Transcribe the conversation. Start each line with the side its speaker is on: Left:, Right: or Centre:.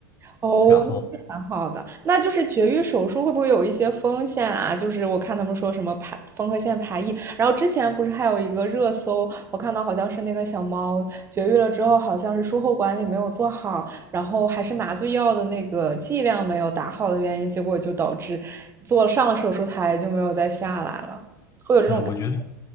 Right: 哦，
Left: 然后
Right: 那蛮好的。那就是绝育手术会不会有一些风险啊？就是我看他们说什么排缝合线排异，然后之前不是还有一个热搜，我看到好像是那个小猫绝育了之后，好像是术后管理没有做好，然后还是麻醉药的那个剂量没有打好的原因，结果就导致做上了手术台就没有再下来了，会有这种感觉
Left: 对，我觉得。